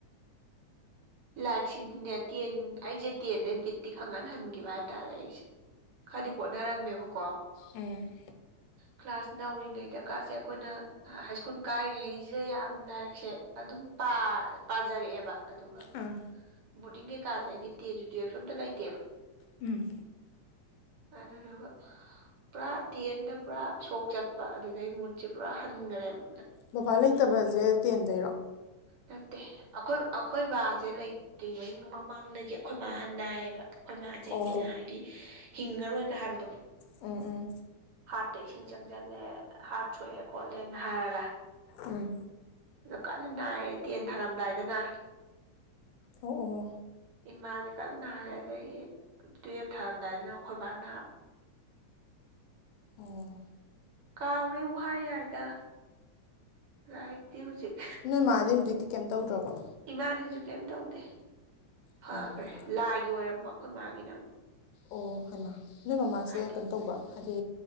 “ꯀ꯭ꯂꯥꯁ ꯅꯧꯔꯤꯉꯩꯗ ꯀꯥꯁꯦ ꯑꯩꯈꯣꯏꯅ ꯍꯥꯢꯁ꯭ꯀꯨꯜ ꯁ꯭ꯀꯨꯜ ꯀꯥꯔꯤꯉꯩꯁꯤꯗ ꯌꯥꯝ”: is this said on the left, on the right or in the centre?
Right